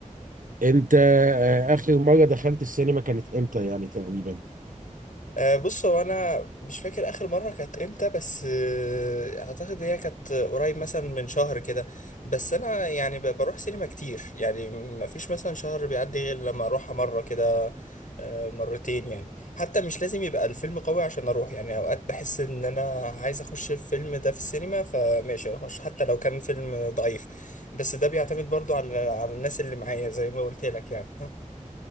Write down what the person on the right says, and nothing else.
انت آه، اخر مرة دخلت السينما كانت امتى يعني تقريبا